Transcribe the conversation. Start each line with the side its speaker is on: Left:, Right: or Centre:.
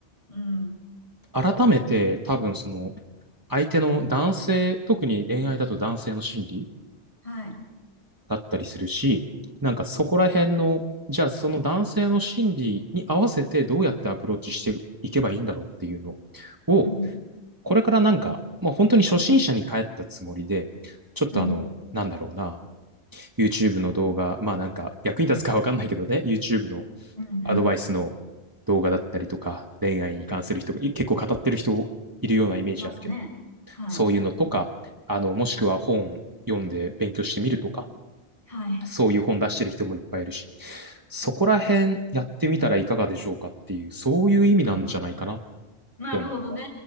Left: うん。
Right: 改めて多分その、相手の男性、特に恋愛だと男性の心理
Left: はい。
Right: だったりするし、なんかそこら辺の、じゃあその男性の心理に合わせてどうやってアプローチしていけばいいんだろうっていうのを、
Left: うん。
Right: これからなんか、まあ本当に初心者に帰ったつもりで、ちょっとあの、
Left: うん。
Right: なんだろうな、YouTube の動画、まあなんか役に立つかわかんないけどね、YouTube の
Left: うん。うん。
Right: アドバイスの動画だったりとか、恋愛に関する人が結構語ってる人いるようなイメージあるけど、
Left: いますね。はい。
Right: そういうのとか、あの、もしくは本読んで勉強してみるとか、
Left: はい。
Right: そういう本出してる人もいっぱいいるし、そこら辺やってみたらいかがでしょうかっていう、そういう意味なんじゃないかなっ
Left: なるほどね。
Right: て思う。